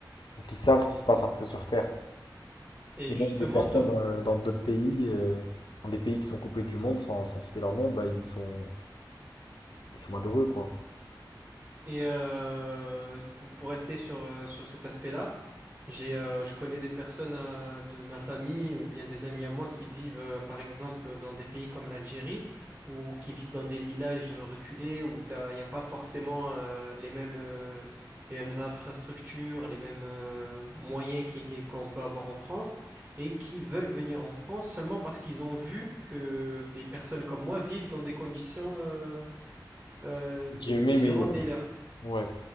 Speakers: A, on the left; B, on the right.
A: Donc ils savent ce qui se passe un peu sur Terre.
B: Et
A: Et
B: justement,
A: même des personnes
B: toi,
A: euh, dans d'autres pays, euh, dans des pays qui sont coupés du monde, sans, sans citer leur nom, bah ils sont, ils sont malheureux, quoi.
B: Et euh, pour, pour rester sur, euh, sur cet aspect-là, j'ai, euh, je connais des personnes euh, de ma famille ou bien des amis à moi qui vivent, euh, par exemple, dans des pays comme l'Algérie ou qui vivent dans des villages euh, reculés où il n'y a pas forcément euh, les mêmes, euh, les mêmes infrastructures, les mêmes euh, moyens qu'il y ait- qu'on peut avoir en France et qui veulent venir en France seulement parce qu'ils ont vu que des personnes comme moi vivent dans des conditions euh, euh,
A: Et qui Guillemets
B: différentes
A: meilleur.
B: des leurs.
A: Ouais,